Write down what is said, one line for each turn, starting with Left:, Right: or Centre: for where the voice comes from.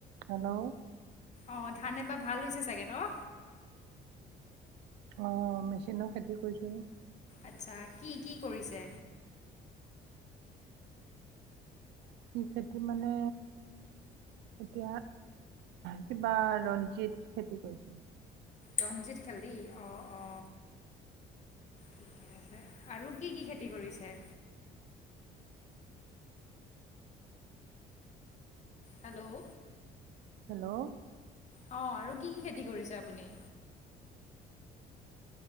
Right: হেল্ল'
Left: অ ধান এবাৰ ভাল হৈছে চাগে ন
Right: অ মেচিনৰ খেতি কৰিছোঁ
Left: আচ্ছা কি কি কৰিছে
Right: কি খেতি মানে এতিয়া কিবা আহ ৰঞ্জিত খেতি কৰিছো
Left: ৰঞ্জিত খেতি অ অ ঠিকে আছে আৰু কি কি খেতি কৰিছে হেল্ল'
Right: হেল্ল'
Left: অ আৰু কি কি খেতি কৰিছে আপুনি